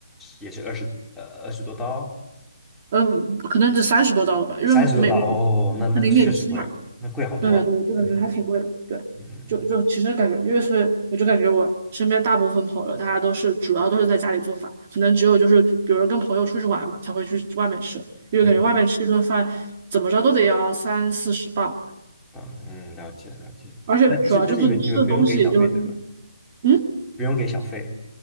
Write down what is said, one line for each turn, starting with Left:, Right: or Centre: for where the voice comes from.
Centre: 也是二十呃二十多刀，
Right: 嗯，可能只三十多刀了吧，因为每每是零点七嘛，
Centre: 三十多刀哦，那那确实贵，那贵好多啊。
Right: 对对，就感觉还挺贵的，
Centre: 嗯
Right: 对，
Centre: 嗯嗯
Right: 就就其实感觉，因为是我就感觉我身边大部分朋友，大家都是主要都是在家里做饭，可能只有就是比如跟朋友出去玩嘛，才会去外面吃，因为感觉外面吃一顿饭怎么着都得要三四十磅吧
Centre: 嗯，当嗯了解了解。
Right: 而且主要就是你吃的东西也就
Centre: 那但是但是你们你们不用给小费对吧？
Right: 嗯。
Centre: 不用给小费。